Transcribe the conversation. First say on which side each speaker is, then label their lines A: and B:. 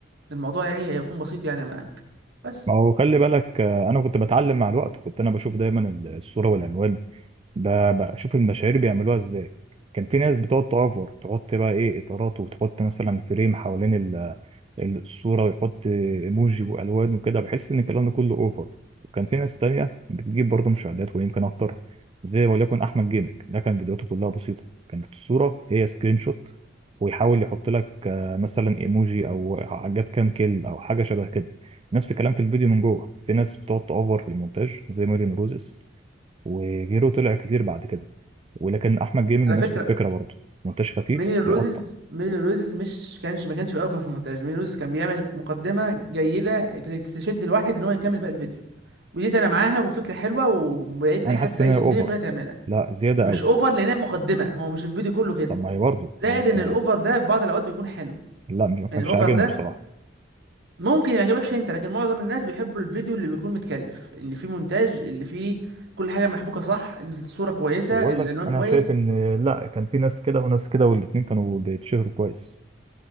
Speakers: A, on the right; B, on the right.
A: الموضوع يعني هيكون بسيط يعني معاك بس
B: ما هو خلي بالك آه، انا كنت بتعلم مع الوقت كنت انا بشوف دايما ال- الصوره والعنوان ب- بشوف المشاهير بيعملوها ازاي كان في ناس بتقعد تأفور تحط بقى ايه اطارات وتحط مثلا فريم حوالين ال- ال- الصورة ويحط ايموجي والوان وكده بحس ان الكلام ده كله اوفر وكان في ناس تانية بتجيب برضه مشاهدات ويمكن اكتر زي وليكن احمد جيمنج ده كان فيديوهاته كلها بسيطة كانت الصورة هي سكرين شوت ويحاول يحط لك آه، مثلا ايموجي او جاب كام كيل او حاجة شبه كده نفس الكلام في الفيديو من جوه في ناس بتقعد تأفور في المونتاج زي مارين روزس وغيره طلع كتير بعد كده ولكن احمد جيمنج
A: على
B: نفس
A: فكره
B: الفكره برضه مونتاج خفيف
A: ميلين روزز
B: يقطع
A: ميلين روزز مش كانش ما كانش بيقف في المونتاج ميلين روزز كان بيعمل مقدمه جيده ت- تشد الواحد ان هو يكمل باقي الفيديو وديت انا معاها وفكره حلوه ويا ريت اي
B: انا
A: حد
B: حاسس
A: اي
B: ان هي اوفر
A: الدنيا كلها تعملها
B: لا زياده
A: مش
B: قوي
A: اوفر لانها مقدمه هو مش الفيديو كله كده
B: طب ما هي برضه
A: زائد
B: ما هو انت
A: ان الاوفر ده في بعض الاوقات بيكون حلو
B: لا مش ما كانش
A: يعني الاوفر
B: عاجبني
A: ده
B: بصراحه
A: ممكن ما يعجبكش انت لكن معظم الناس بيحبوا الفيديو اللي بيكون متكلف اللي فيه مونتاج اللي فيه كل حاجه محبوكه صح الصوره كويسه
B: بس بقول
A: العنوان
B: لك انا
A: كويس
B: شايف ان لا كان في ناس كده وناس كده والاتنين كانوا بيتشهروا كويس